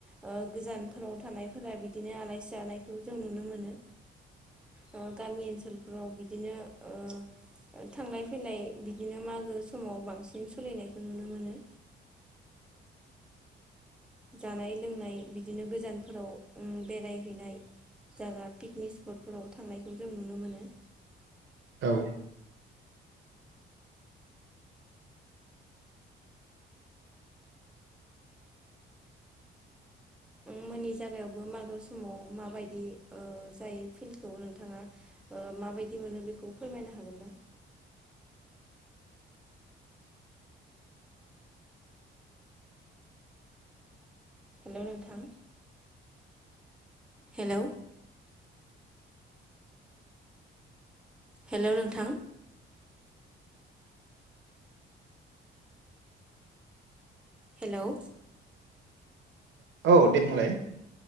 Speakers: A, in the centre; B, on the right (about 65°).
A: ओ गोजानफोराव थानायफोरा बिदिनो आलायसि जानायखौ जों नुनो मोनो ओ गामि ओनसोलफोराव बिदिनो ओ थांलाय फैलाय बिदिनो मागो समाव बांसिन सोलिनायखौ नुनो मोनो। जानाय लोंनाय बिदिनो गोजानफोराव ओम बेरायहैनाय जागा पिकनिक स्पटफोराव थांनायखौ जों नुनो मोनो।
B: औ
A: मोननि जागायावबो मागो समाव माबायदि ओ जायो फिल्डखौ नोंथाङा ओ माबायदि मोनो बेखौ फोरमायनो हागोन ना? हेलौ नोंथां हेलौ। हेलौ नोंथां हेलौ
B: औ दे बुंलाय